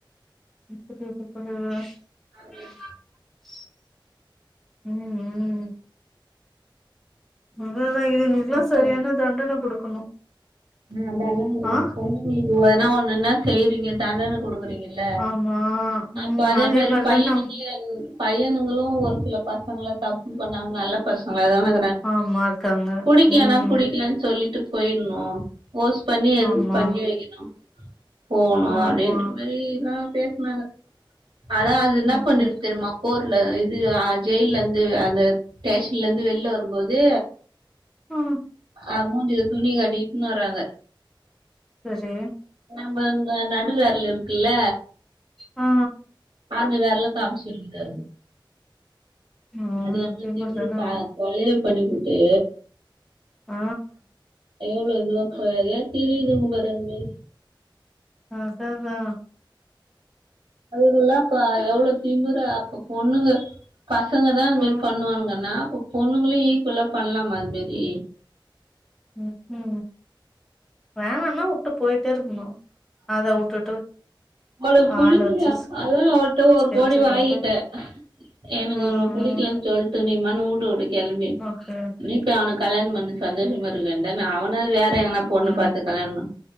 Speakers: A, in the centre; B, on the right (about 60°).
A: <unintelligible>
B: அப்டின்
A: ம் ம் அதான் அதான் இதுங்களுக்கெல்லா
B: கரெக்டா
A: சரியான தண்டனை குடுக்கணு
B: ஆ தண்டன <unintelligible>
A: ஆ
B: ஒண்ணுன்னா செய்யறீங்க தண்டன குடுக்கறீங்க இல்ல
A: ஆமா ம்
B: அப்ப அதே மாரி
A: மாரிதான
B: பைய்ன்னுங்ளயு பையனுங்களு ஒரு சில பசங்கள தப்பு பண்ணாங்க நல்ல பசங்களாதான
A: ஆமா இருக்காங்க
B: புடிக்கலனா
A: ம்
B: புடிக்கலன்னு சொல்லிட்டு போயிடுணு ஃபோர்ஸ் பண்ணி எதுக்கு
A: ஆமா
B: பண்ணி வெக்கணு போணா
A: ஆமா
B: அப்டின்ற மாரியெல்லா பேசினாங்க அதான் அது என்னா
A: ஓகே
B: பண்ணிருக்கு
A: ஓகே
B: தெரிமா போர்ல இது ஜெயிலிந்து அந்த ஸ்டேஷன்லிந்து வெளில வரும்போது
A: ஆ
B: ஆ மூஞ்சில துணி கட்டின்னு இட்டுனு வர்றாங்க
A: சரி
B: நம்ம இந்த நடுவிரல் இருக்கல்ல
A: ஆ
B: அந்த விரல காமிச்சிருந்தாரு
A: ஆ
B: அது எங்க
A: அதே
B: திரும்பி
A: மாரிதான
B: பா கொலைய பண்ணி புட்டு
A: ஆ
B: எவ்ளோ இதுவா பா ஏ திரியுதும்பாரு அது மாரி
A: அதான் அதான்
B: அதுகல்லா பா எவ்ளோ திமிறா அப்ப பொண்ணுங்க பசங்கதான் அந்த
A: ஆ
B: மாரி பண்ணுவானுங்கன்னா அப்போ பொண்ணுங்களு ஈக்குவலா பண்லாமா அதுமாரி
A: ம்ஹூ வேணானா வுட்டு போயிட்டே இருக்கணு அத வுட்டுட்டு
B: ம்மாளுக்கு புடிக்கலையா
A: ஆள வச்சு ஸ்
B: அதான் அவட்ட ஒரு
A: ஸ்கெட்சு
B: கோடி வாங்கிட்டேன்
A: போட்டு
B: எனக்கு
A: ஆ ஆ
B: இவன புடிக்கலன்னு சொல்ட்டு நீ வேணா வூட்ட விட்டு கிளம்பி
A: ஓகே
B: நீ ட்டு அவன கல்யாணம் பண்ணி சந்தோஷமா இருக்க வேண்டினா அவன வேற எங்கனா பொண்ணு
A: ம்
B: பாத்து கல்யாணோ